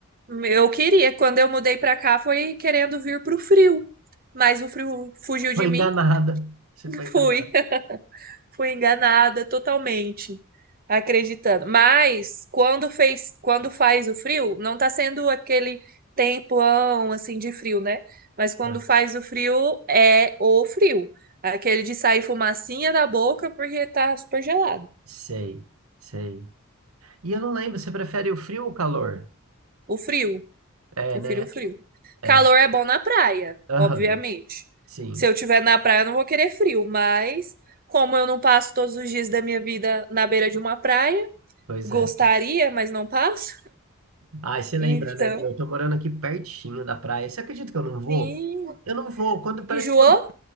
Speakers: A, on the right (about 40°); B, on the right (about 75°).
A: eu queria, quando eu mudei pra cá, foi querendo vir pro frio, mas o frio fugiu de
B: Foi
A: mim,
B: enganada, <laughs> você
A: <laughs>
B: foi enganada,
A: fui. fui enganada totalmente, acreditando. Mas quando fez, quando faz o frio, não tá sendo aquele tempão assim de frio, né? Mas quando
B: né?
A: faz o frio é o frio, aquele de sair fumacinha da boca porque tá super gelado.
B: Sei, sei. E eu não lembro, você prefere o frio ou o calor?
A: O frio,
B: É,
A: prefiro
B: né?
A: o frio.
B: É.
A: Calor é bom na praia,
B: Aham,
A: obviamente.
B: sim.
A: Se eu tiver na praia, eu não vou querer frio, mas como eu não passo todos os dias da minha vida na beira de uma praia,
B: Pois
A: gostaria,
B: é.
A: mas não passo.
B: Ai, você lembra,
A: Então,
B: né? meu? Eu tô morando aqui pertinho da praia. Você acredita que eu não vou?
A: sim.
B: Eu não vou. Quando parece
A: Enjoou?
B: que. quando-